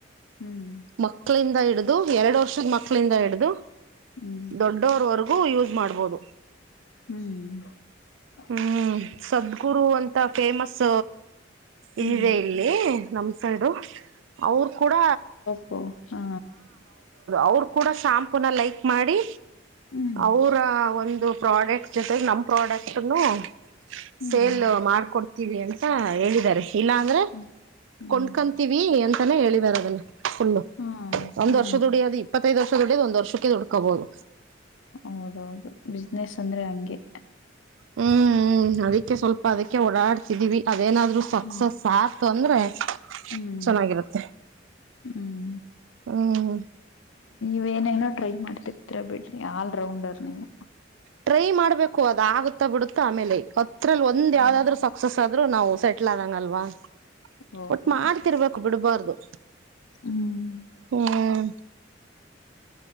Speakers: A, on the left (about 80°); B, on the right (about 75°).
A: ಹ್ಮ್
B: ಮಕ್ಕಳಿಂದ ಹಿಡ್ದು ಎರಡು ವರ್ಷದ ಮಕ್ಕಳಿಂದ ಹಿಡ್ದು
A: ಹ್ಮ್
B: ದೊಡ್ಡವರ್ವರ್ಗೂ ಹ ಯೂಸ್ ಮಾಡ್ಬೋದು
A: ಹ್ಮ್
B: ಹ್ಮ್ ಸದ್ಗುರು ಅಂತ ಫೇಮಸ್ ಇದಿದೆ
A: ಹ್ಮ್
B: ಇಲ್ಲಿ ನಮ್ ಸೈಡು ಅವರು ಕೂಡ
A: ಹ ಹಾ
B: ಅವರು ಕೂಡ ಶಂಪು ನ ಲೈಕ್ ಮಾಡಿ
A: ಹ್ಮ್
B: ಅವರ ಒ ದು ಪ್ರಾಡಕ್ಟ್ ಜೊತೆಗೆ ನಮ್ ಪ್ರಾಡಕ್ಟ್ನ್
A: ಹ್ಮ್
B: ಸೇಲ್ ಮಾಡ್ಕೊಡ್ ವಿ ಅಂತ ಹೇಳಿದಿದ್ದಾರೆ ಇಲ್ಲಾ ಅಂದ್ರೆ
A: ಹ್ಮ್ ಹ್ಮ್
B: ಕೊಂಡ್ಕಂತೀವಿ ಅಂತಾನೇ ಹೇಳಿದ್ದಾರೆ ಅದನ್ನ ಫುಲ್ಲು
A: ಹಾ
B: ಒಂದ್
A: ಹಾ
B: ವರ್ಷ ದುಡಿಯೋದು ಇಪ್ಪತ್ತೈದು ವರ್ಷ ದುಡಿಯದು ಒಂದ್ ವರ್ಷಕ್ಕೆ ದುಡ್ಕೋಬಹದು
A: ಹೌದೌದು ಬಿಸ್ನೆಸ್ ಅಂದ್ರೆ ಹಂಗೆ
B: ಹ್ಮ್ ಅದಕ್ಕೆ ಸ್ವಲ್ಪ ಅದಕ್ಕೆ ಓಡಾಡ್ತಿದೀವಿ ಅದೇನಾದ್ರು ಸಕ್ಸಸ್
A: ಹ್ಮ್
B: ಆತು ಅಂದ್ರೆ
A: ಹ್ಮ್
B: ಚೆನ್ನಾಗಿರುತ್ತೆ
A: ಹ್ಮ್
B: ಹ್ಮ್
A: ನೀ ಏನೇನೋ ಟ್ರೈ ಮಾಡ್ತಿರ್ತಿರಾ ಬಿಡ್ರಿ ಆಲ್ ರೌಂಡರ್ ನೀವು
B: ಟ್ರೈ ಮಾಡ್ಬೇಕು ಅದ ಆಗುತ್ತಾ ಬಿಡುತ್ತಾ ಆಮೇಲೆ ಹತ್ರರಲ್ಲಿ ಒಂದ
A: ಹ್ಮ್
B: ಯಾವ್ದಾದ್ರು ಸಕ್ಸಸ್ ಆದ ಆದ್ರೂ ನಾವು ಸೆಟ್ಲ್ ಆದಂಗಲ್ವಾ
A: ಹೌದೌದು
B: ಒಟ್ಟು ಮಾಡ್ತಿರ್ಬೇಕು ಬಿಡ್ಬಾರ್ದು
A: ಹ್ಮ್
B: ಹ್ಮ್